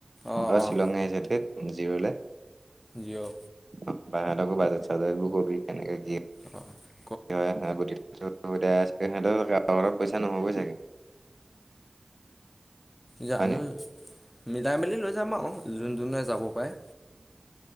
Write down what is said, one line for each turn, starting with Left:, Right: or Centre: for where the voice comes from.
Left: অঁ
Right: অ',
Left: অঁ
Right: শ্বিলং হে আহিছে থেত। জিৰলে।
Left: জিঅ'
Right: অ' বাহাৰকো বাজাৰ চো কবি কেনেকে কি
Left: অ'।
Right: কি হয়, <unintelligible> পইচা নহ'বই চাগে!
Left: জানো
Right: হয় নাই
Left: মিলাই মেলি লৈ যাম আৰু যোন, যোনে যাব পাৰে।